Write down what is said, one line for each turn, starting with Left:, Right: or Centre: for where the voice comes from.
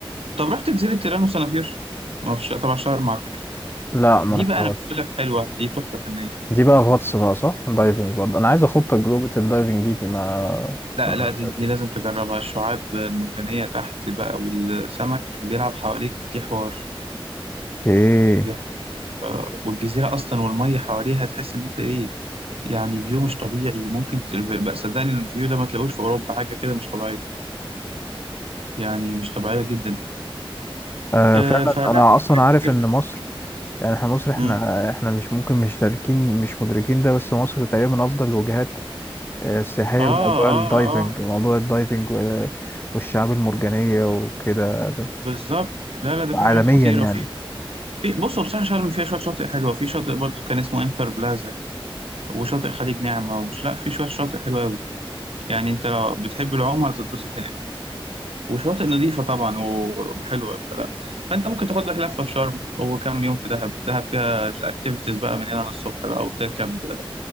Right: طب رحت جزيره تيران وصنافير ما فيش طبعا شرم على فكره
Left: لا
Right: دي
Left: ما رحتهاش
Right: بقى انا بقول لك حلوه دي تحفه فنيه
Left: دي بقى غطس بقى صح دايفنج برضه أنا عايز أخد تجربة الدايفنج دي, دي ما
Right: لا
Left: ما
Right: لا
Left: عملتهاش
Right: دي دي لازم تجربها الشعاب المرجانية تحت بقى والسمك بيلعب حواليك دي حوار
Left: إيه
Right: دي ح- آه، والجزيرة أصلا والمية حواليها تحس إن أنت إيه يعني فيو مش طبيعي ممكن ت- الف- بقى صدقني الفيو ده ما تلاقوش في أوروبا حاجة كده مش طبيعية يعني مش طبيعية جدا
Left: آه
Right: آه
Left: فعلا
Right: فلا
Left: أنا
Right: في
Left: أصلا
Right: حاجات
Left: عارف
Right: كتير
Left: إن مصر يعني احنا مصر احنا
Right: امم
Left: احنا مش ممكن مش مدركين مش مدركين ده بس مصر تقريبا من افضل الوجهات آه، السياحيه
Right: آه آه
Left: لموضوع الدايفنج
Right: آه آه.
Left: موضوع الدايفنج وال- والشعاب المرجانيه وكده ده
Right: بالظبط لا لا ده في
Left: عالميا
Right: حاجات خطيرة
Left: يعني
Right: في في بصوا بصراحة شرم فيها شوية شاطئ حلوة في شاطئ برضو كان اسمه انتر بلازا وشاطئ خليج نعمة ومش لا في شوية شاطئ حلوة أوي. يعني انت لو بتحب العوم هتتبسط هناك وشواطئ نظيفة طبعا و- وحلوة فلا فانت ممكن تاخد لك لفة في شرم وكم يوم في دهب دهب فيها اكتيفيتيز بقى من هنا للصبح بقى وبتركب